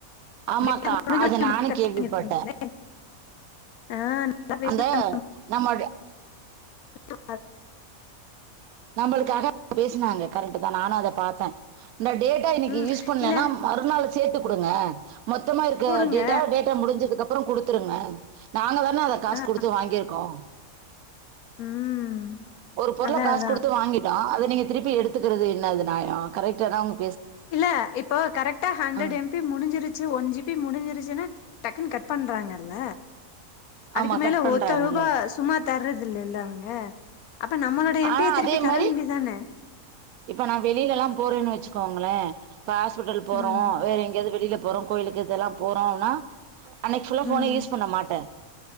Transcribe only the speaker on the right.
ஆமாக்கா
அது நானு
கேள்வி
பட்டே
அந்த நம்ம
நம்மளுக்காக பேசுனாங்க கரெக்ட் தா நானு அத பாத்தே இந்த டேட்டா இன்னைக்கு
யூஸ் பண்ணலன்னா
மறுநாள் சேத்து குடுங்க மொத்தமா இருக்க
டேட்டா டேட்டா முடிஞ்சதுக்குப்பு அப்ரோ குடுத்துருங்க நாங்க தான அத காசு
குடுத்து வாங்கிருக்கோ
ஒரு பொருள
காசு
வாங்கிட்டோ அத நீங்க திருப்பி எடுத்துக்கிறது என்னது நாயோ கரெக்ட உங்க
ஆ,
ஆமா
கட் பண்றாங்கல்ல
ஆனா
அதே
மாதிரி
இப்ப நா வெளிலல்லா போறேன்னு வச்சுக்கோங்களே இப்ப ஹாஸ்பிட்டல் போறோ
வேற எங்கேயாவது வெளியில போறோ கோயிலுக்கு இதெல்லா போறோன்னா அன்னைக்கு புல்லா
போன யூஸ் பண்ண மாட்டே